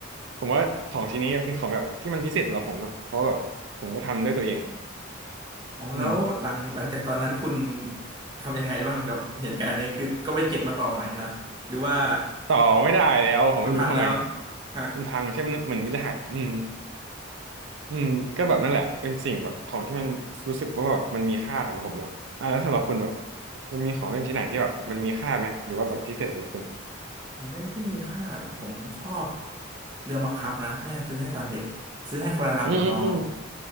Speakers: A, on the right; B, on the right.
A: ผมว่าของชิ้นนี้เป็นของแบบที่มันพิเศษสำหรับผมเนาะเพราะว่าแบบผมก็ทำด้วยตัวเอง
B: อ๋อแล้วหลังหลังจากตอนนั้นคุณ
A: อืม
B: ทำยังไงบ้างกับเหตุการณ์นี้คือก็ไปเก็บมาต่อใหม่ละหรือว่า
A: ต่อไม่ได้แล้วผมไม่รู้ทำไม
B: มันพังแล้วหัก
A: มันพังใช่ไหมมันเหมือนมันจะหักอืมอืมก็แบบนั่นแหละเป็นสิ่งแบบของที่มันรู้สึกว่าแบบมันมีค่าสำหรับผมเนาะอ่าแล้วสำหรับคุณแบบมันมีของเล่นชิ้นไหนที่แบบมันมีค่าไหมหรือว่าแบบพิเศษสำหรับคุณ
B: ของเล่นที่มีค่าเหรอผมชอบเรือบังคับนะแม่ซื้อให้ตอนเด็กซื้อให้คนละลำกับน้อง
A: อืมอืมอืม